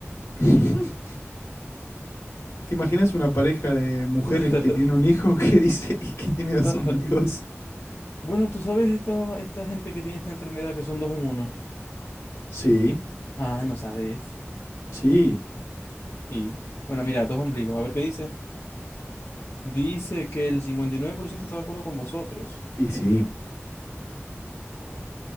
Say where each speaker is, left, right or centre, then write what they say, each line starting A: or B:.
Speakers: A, on the left; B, on the left.
A: <laughs> ¿Te imaginas una pareja de mujeres
B: <laughs>
A: que tiene un hijo que dice <laughs> que tiene dos
B: Ajá.
A: ombligos?
B: Bueno, tú sabes esta, esta gente que tiene esta enfermedad que son dos en uno.
A: Sí,
B: Ah, no sabes.
A: sí,
B: Sí. Bueno, mira, dos ombligos. A ver qué dice. Dice que el 59% está de acuerdo con vosotros.
A: y sí.